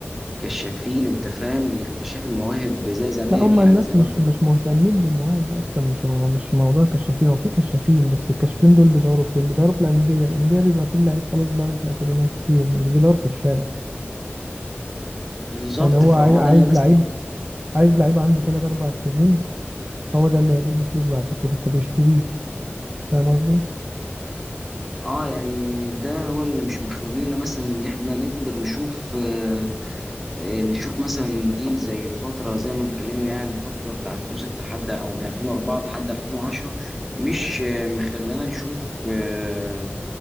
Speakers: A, in the centre; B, on the right.
A: كشافين انت فاهم لاكتشاف المواهب زي زمان
B: لا هم
A: يعني
B: الناس
A: زمان
B: مش
A: كنا
B: مش مهتمين بالمواهب اصلا مش هو مش موضوع كشافين هو في كشافين بس الكشافين دول بيدوروا فين بيدوروا في الانديه الانديه بيبقى فيه اللعيب خلاص بقاله في الاكاديميه كتير مش بيدور في الشارع
A: بالظبط
B: يعني هو
A: فهو
B: عاي- عايز
A: ده اللي مثلا
B: لعيب عايز لعيب عنده 3 4 سنين هو ده اللي هيجيب له فلوس بعد كده فبيشتريه فاهم قصدي
A: اه يعني ده هو اللي مش مخلينا مثلا اللي احنا نقدر نشوف آه آه، نشوف مثلا جيل زي الفتره زي ما اتكلمنا يعني الفتره بتاع 2006 لحد او من 2004 لحد 2010 مش آه، مخلينا نشوف آه،